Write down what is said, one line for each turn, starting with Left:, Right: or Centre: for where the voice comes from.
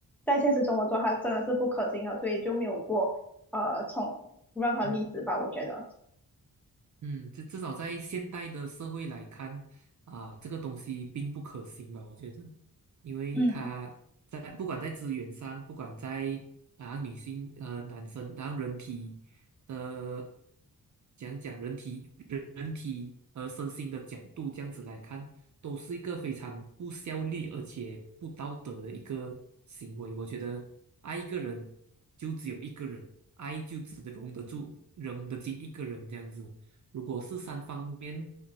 Centre: 在现实生活中它真的是不可行的，所以就没有过呃从任何例子吧，
Right: 嗯
Centre: 我觉得，
Right: 嗯，至至少在现代的社会来看，啊、这个东西并不可行吧？我觉得，因为它在不管在资源上，
Centre: 嗯
Right: 不管在啊女性呃男生，然后人体的讲讲人体。体和身心的角度这样子来看，都是一个非常不效率而且不道德的一个行为。我觉得爱一个人就只有一个人，爱就只容得住、容得进一个人这样子。如果是三方面